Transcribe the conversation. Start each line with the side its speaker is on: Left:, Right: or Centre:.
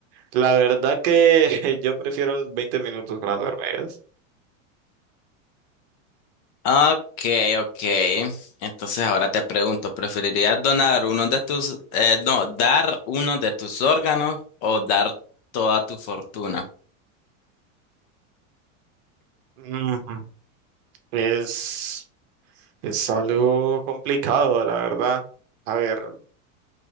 Right: la verdad que <laughs> yo prefiero los 20 minutos con las hormigas.
Left: Ok, ok. Entonces ahora te pregunto, ¿preferirías donar uno de tus, eh, no, dar uno de tus órganos o dar toda tu fortuna? <laughs>
Right: Ujú. Es, es algo complicado, la verdad. A ver.